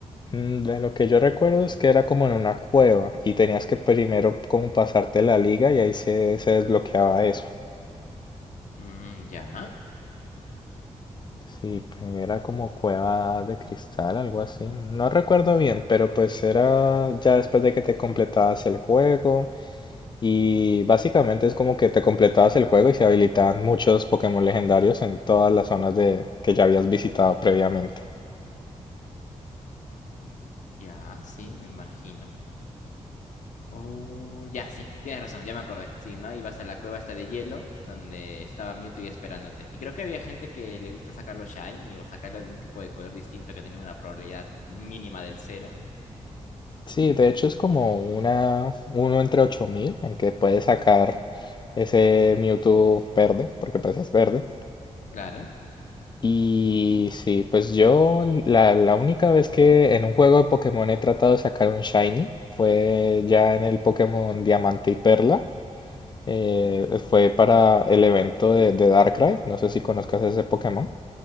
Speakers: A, on the left (about 35°); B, on the left (about 75°).
A: Mm, De lo que yo recuerdo es que era como en una cueva y tenías que primero como pasarte la liga y ahí se, se desbloqueaba eso.
B: Mm, ya,
A: Sí, pues, era como cueva de cristal, algo así. No recuerdo bien, pero pues era ya después de que te completabas el juego Y básicamente es como que te completabas el juego y se habilitaban muchos Pokémon legendarios en todas las zonas de, que ya habías visitado previamente.
B: mm, ya, sí, me imagino. Oh, ya, sí, tienes razón, ya me acordé. Sí, ¿no? Ibas a la cueva esta de hielo, donde estaba Mewtwo y esperándote. Y creo que había gente que le gusta sacarlo shiny o sacarlo de un tipo de color distinto que tenía una probabilidad mínima del cero.
A: Sí, de hecho es como una uno entre 8000 en que puedes sacar ese Mewtwo verde, porque pues es verde.
B: Claro.
A: Y sí, pues yo la, la única vez que en un juego de Pokémon he tratado de sacar un Shiny fue ya en el Pokémon Diamante y Perla. eh, fue para el evento de, de Darkrai. No sé si conozcas ese Pokémon.